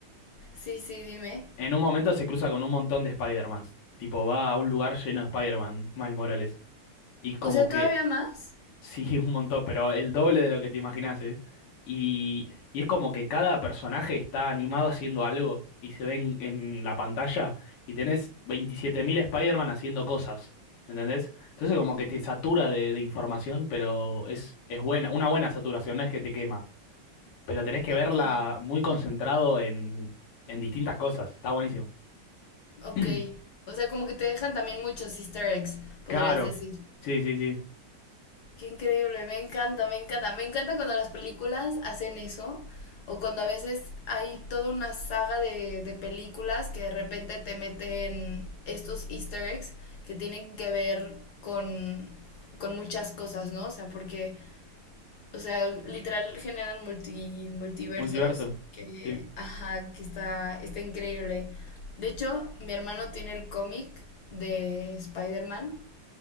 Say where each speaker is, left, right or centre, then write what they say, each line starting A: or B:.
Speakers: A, on the left; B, on the left.
A: Sí, sí, dime.
B: En un momento se cruza con un montón de Spider-Mans, tipo va a un lugar lleno de Spider-Man, Miles Morales, y como
A: O sea,
B: que
A: ¿todavía más?
B: Sí, un montón, pero el doble de lo que te imaginas, ¿eh? Y, y es como que cada personaje está animado haciendo algo y se ven en la pantalla y tenés 27.000 Spider-Man haciendo cosas, ¿entendés? Entonces
A: No.
B: como que te satura de, de información, pero es, es buena, una buena saturación, no es que te quema, pero tenés que
A: Ok.
B: verla muy concentrado en, en distintas cosas, está buenísimo.
A: Ok.
B: <clears throat>
A: O sea, como que te dejan también muchos easter eggs, podrías
B: Claro,
A: decir.
B: sí, sí, sí,
A: Qué increíble, me encanta, me encanta. Me encanta cuando las películas hacen eso, o cuando a veces hay toda una saga de, de películas que de repente te meten estos easter eggs que tienen que ver con, con muchas cosas, ¿no? O sea, porque O sea, literal generan multi- multiversos
B: multiverso,
A: que,
B: sí.
A: ajá, que está, está increíble. De hecho, mi hermano tiene el cómic de Spider-Man